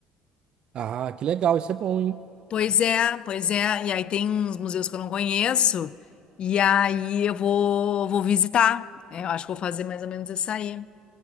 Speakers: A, on the right; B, on the left.
A: Ah, que legal, isso é bom, hein?
B: Pois é, pois é. E aí tem uns museus que eu não conheço, e aí eu vou, vou visitar. É, Eu acho que vou fazer mais ou menos isso aí.